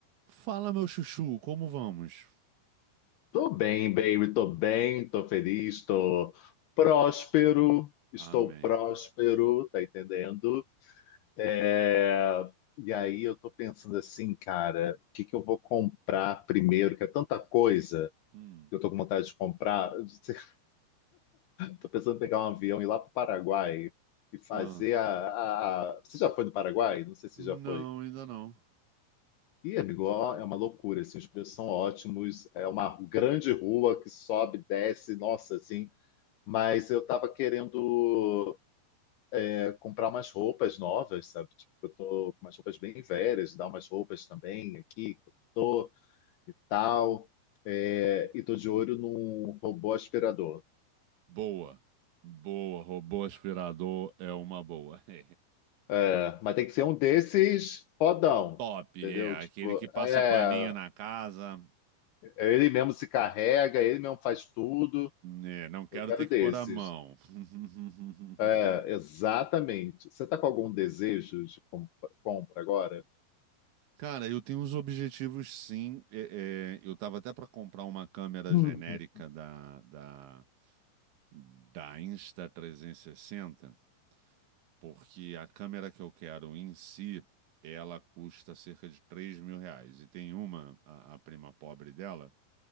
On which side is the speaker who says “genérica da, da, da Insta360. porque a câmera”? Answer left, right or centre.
Right